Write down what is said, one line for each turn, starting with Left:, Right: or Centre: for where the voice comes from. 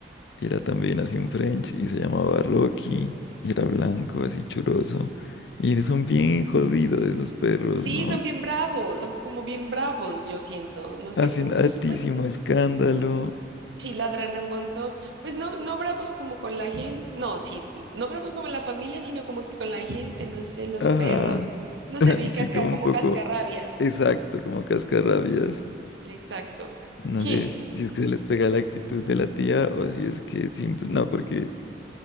Left: Y era también así un French y se llamaba Rocky. Y era blanco, así churoso. Y son bien jodidos esos perros,
Right: Sí,
Left: ¿no?
Right: son bien bravos, son como bien bravos, yo siento. No sé,
Left: Hacen
Right: como,
Left: altísimo
Right: pues
Left: escándalo.
Right: Sí, ladran un montón. Pues no, no bravos como con la gente, no, sí, no bravos como la familia, sino como que con la gente, no sé, los
Left: Ajá.
Right: perros, no
Left: <laughs>
Right: sé, bien
Left: Sí,
Right: casca,
Left: como
Right: como
Left: un poco
Right: cascarrabias.
Left: exacto, como cascarrabias.
Right: Exacto.
Left: No
Right: Je,
Left: sé si es que se les pega la actitud de la tía o si es que simple, no, porque,